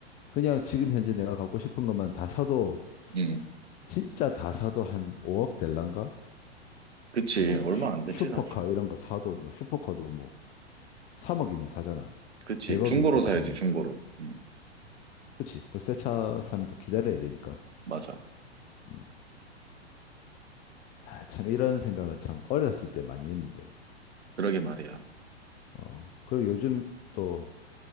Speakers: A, on the left; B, on the right.
A: 그냥 지금 현재 내가 갖고 싶은 것만 다 사도
B: 음,
A: 진짜 다 사도 한 5억 될란가?
B: 그치.
A: 뭐
B: 얼마
A: 슈,
B: 안 되지
A: 슈퍼카
B: 사실.
A: 이런 거 사도 뭐 슈퍼카도 뭐 3억이면 사잖아.
B: 그치.
A: 100억이
B: 중고로
A: 있다
B: 사야지
A: 치면.
B: 중고로. 음,
A: 그렇지. 그 새 차 사면 또 기다려야 되니까.
B: 맞아.
A: 음. 아, 참 이런 생각을 참 어렸을 때 많이 했는데.
B: 그러게 말이야. 음.
A: 어. 그리고 요즘 또